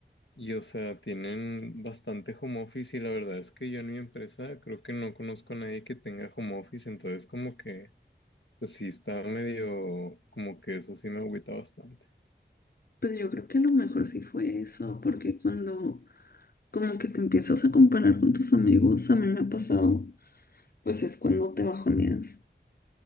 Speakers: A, on the left; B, on the left.
A: y, o sea, tienen bastante home office y la verdad es que yo en mi empresa creo que no conozco a nadie que tenga home office, entonces como que, pues sí, está medio, como que eso sí me agüita bastante.
B: Pues yo creo que a lo mejor sí fue eso, porque cuando como que te empiezas a comparar con tus amigos, a mí me ha pasado, pues es cuando te bajoneas.